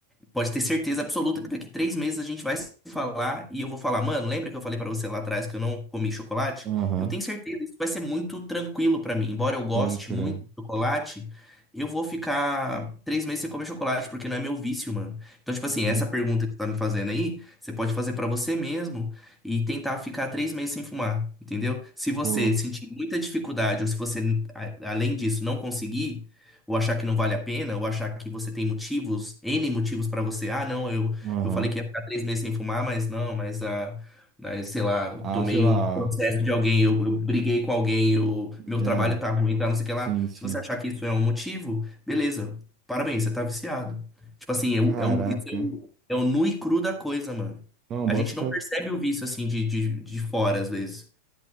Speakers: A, in the centre; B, on the right.
A: Pode ter certeza absoluta que daqui três meses a gente vai se falar e eu vou falar, mano, lembra que eu falei pra você lá atrás que eu não comi chocolate?
B: Aham,
A: Eu tenho certeza, isso vai ser muito tranquilo pra mim. Embora eu goste
B: pode crer.
A: muito de chocolate, eu vou ficar três meses sem comer chocolate, porque não é meu vício, mano. Então, tipo
B: Vi-
A: assim, essa pergunta que você tá me fazendo aí, você pode fazer pra você mesmo e tentar ficar três meses sem fumar, entendeu? Se você
B: Puta.
A: sentir muita dificuldade ou se você, a- além disso, não conseguir ou achar que não vale a pena, ou achar que você tem motivos, N motivos para você. Ah, não, eu,
B: Aham.
A: eu falei que ia ficar três meses sem fumar, mas não, mas ah, mas, sei lá, eu
B: Ah,
A: tomei
B: sei lá.
A: um processo de alguém, eu, eu briguei com alguém, eu, meu
B: É,
A: trabalho tá ruim, tá, não sei o que
B: sim,
A: lá.
B: sim.
A: Se você achar que isso é um motivo, beleza, parabéns, você tá viciado. Tipo assim, é
B: Caraca.
A: o, é o, isso é o, é o nu e cru da coisa, mano.
B: Não,
A: A
B: bota
A: gente
B: fé.
A: não percebe o vício assim de, de, de fora, às vezes.